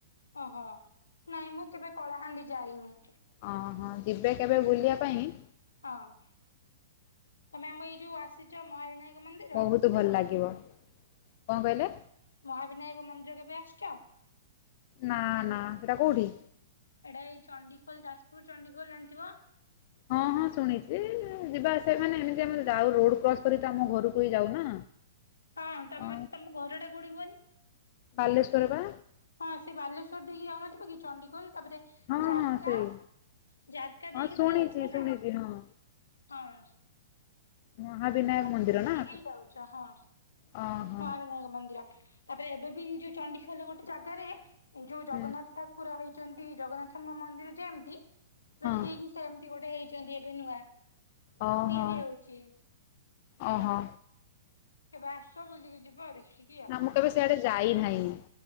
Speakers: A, on the left; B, on the left.
A: ଓହୋ ନାଇଁ ମୁଁ କେବେ କଳାହାଣ୍ଡି ଯାଇନି।
B: ଅଁହୋ ଯିବେ କେବେ ବୁଲିବା ପାଇଁ,
A: ହଁ, ତମେ ଆମ ଏଇ ଯୋଉ ଆସିଛ ମହାବିନାୟକ ମନ୍ଦିର
B: ବହୁତ ଭଲ ଲାଗିବ, କଣ କହିଲେ?
A: ମହାବିନାୟକ ମନ୍ଦିର କେବେ ଆସିଛ?
B: ନା ନା ସେଟା କୋଉଠି?
A: ଏଇଟା ଏଇ ଚଣ୍ଡିଖୋଲ ଯାଜପୁର ଚଣ୍ଡିଖୋଲ ଜାଣିଥିବ।
B: ହଁ ହଁ ଶୁଣିଛି, ଯିବା ଆସିବା ମାନେ ଏମିତି ଆମେ ଯାଉ ରୋଡ କ୍ରସ୍ କରି ତ ଆମ ଘରକୁ ହି ଯାଉ ନା
A: ହଁ ତମେ
B: ଅ
A: ତମ ଘରଟା କୋଉଠି କୁହନି?
B: ବାଲେଶ୍ୱର ବା।
A: ହଁ ସେ ବାଲେଶ୍ୱର ଦେଇକି ଯାଉନଥିବ କି ଚଣ୍ଡିଖୋଲ ତାପରେ।
B: ହଁ
A: ଜାରକା
B: ହଁ ସେଇ
A: ଜାରକା
B: ହଁ
A: ଦେଇକି
B: ଶୁଣିଛି
A: ତ ଯାଉଥିବ
B: ଶୁଣିଛି
A: ନା।
B: ହଁ।
A: ହଁ।
B: ମହାବିନାୟକ
A: ଜାରକା
B: ମନ୍ଦିର
A: ଦେଇକି
B: ନା
A: ହିଁ ଯାଉଛ ହଁ
B: ଓହୋ
A: ମହାବିନାୟକ ମନ୍ଦିର। ତାପରେ ଏବେ ବି ଯୋଉ ଚଣ୍ଡିଖୋଲ ଗୋଟେ ଜାଗାରେ ଏ ଯୋଉ ଜଗନ୍ନାଥ
B: ହୁଁ
A: ଠାକୁର ହେଇ ଚନ୍ତି ଜଗନ୍ନାଥଙ୍କ ମନ୍ଦିର ଯେମିତି ପୁରା
B: ହଁ
A: ଠିକ ସେମିତି ଗୋଟେ ହେଇଛନ୍ତି ଏବେ ନୂଆ।
B: ଅ
A: ତିଆରି
B: ହ
A: ହଉଛି
B: ଅ ହ।
A: କେବେ ଆସ ବୁଲିକି ଯିବ ଆଉ ଦେଖି
B: ନା ମୁଁ କେବେ ସିଆଡେ ଯାଇନାହିଁ